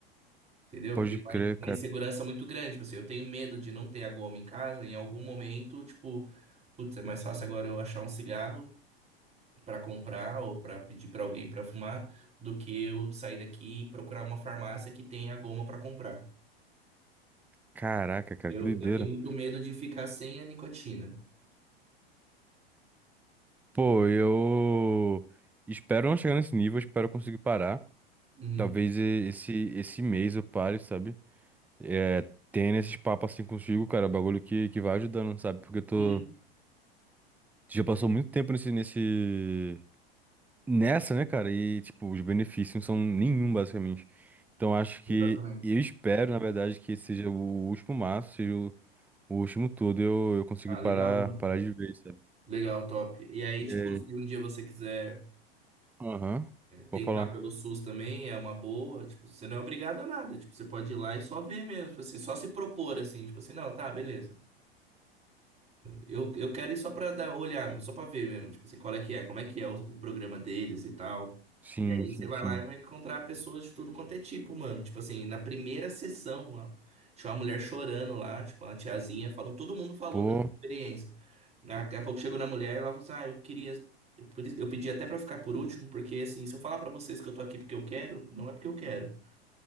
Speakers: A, on the right; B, in the centre.
A: Entendeu?
B: Pode
A: E uma,
B: crer,
A: uma
B: cara.
A: insegurança muito grande. Tipo assim, eu tenho medo de não ter a goma em casa, em algum momento, tipo, putz, é mais fácil agora eu achar um cigarro pra comprar ou pra pedir pra alguém pra fumar do que eu sair daqui e procurar uma farmácia que tenha a goma pra comprar.
B: Caraca, cara,
A: Eu,
B: que doideira.
A: eu tenho muito medo de ficar sem a nicotina.
B: Pô, eu espero não chegar nesse nível, espero conseguir parar.
A: Uhum.
B: Talvez e- esse, esse mês eu pare, sabe? É, tendo esses papos assim consigo, cara, é um bagulho que, que vai ajudando, sabe? Porque eu
A: Uhum.
B: tô. Já passou muito tempo nesse, nesse. Nessa, né, cara? E, tipo, os benefícios não são nenhum, basicamente. Então, acho que.
A: Exatamente.
B: Eu espero, na verdade, que esse seja o último maço, seja o, o último todo, eu, eu conseguir
A: Ah,
B: parar,
A: legal, mano.
B: parar de vez, sabe?
A: Legal, top. E aí,
B: Porque.
A: tipo, se um dia você quiser.
B: Aham.
A: tentar
B: Vou falar.
A: pelo SUS também é uma boa, tipo, você não é obrigado a nada, tipo, você pode ir lá e só ver mesmo, tipo assim, só se propor assim, tipo assim, não, tá, beleza. Eu, eu quero ir só pra dar, olhar, só pra ver mesmo, tipo assim, qual é que é, como é que é o, o programa deles e tal.
B: Sim,
A: E aí
B: sim,
A: você vai
B: sim.
A: lá e vai encontrar pessoas de tudo quanto é tipo, mano. Tipo assim, na primeira sessão, a- tinha uma mulher chorando lá, tipo, uma tiazinha falou, todo mundo falou
B: Pô.
A: dessa experiência. Daqui a pouco chegou na mulher e ela falou assim, ah, eu queria, eu, por isso- eu pedi até pra ficar por último, porque assim, se eu falar pra vocês que eu tô aqui porque eu quero, não é porque eu quero.